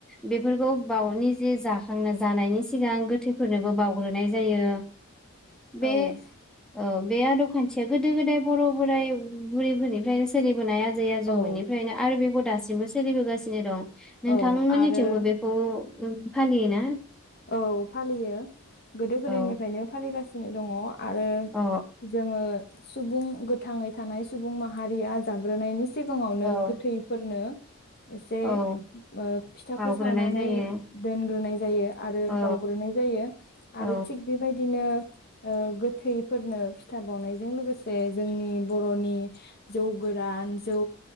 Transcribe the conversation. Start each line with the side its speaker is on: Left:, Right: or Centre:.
Centre: बेफोरखौ बावनि जे जाखांना जानायनि सिगां गोथैफोरनोबो बावग्रोनाय जायो।
Left: औ
Centre: बे ओ बे आदब खान्थिया गोदो गोदाय बर' बोराइ बुरिफोरनिफ्रायनो सोलिबोनाया आ जै आजौनिफ्रायनो
Left: औ
Centre: आरो बेखौ दासिमबो स सोलिबोगासिनो दं। नोंथांमोननि
Left: औ आरो
Centre: थि जोंबो बेखौ उम फालियोना?
Left: औ फालियो। गोदो गोदायनिफ्रायनो
Centre: औ
Left: फालिगासि सिनो दङ आ आरो
Centre: औ
Left: जोङो सुबुं। गोथाङै थानाय सुबुं माहारिया जाग्रोनायनि सि सिगाङावनो
Centre: औ
Left: गोथैफोरनो एसे
Centre: औ
Left: ओ फिथाखौ
Centre: बावग्रोनाय
Left: सावनानै
Centre: जायो
Left: दोनग्रोनाय जा जायो। आरो
Centre: औ
Left: बावग्रोनाय जायो
Centre: औ
Left: आरो थिग बेबायदिनो ओ गोथैफोरनो फिथा बावनायजों लोगोसे जोंनि बर'नि जौ गोरान जौ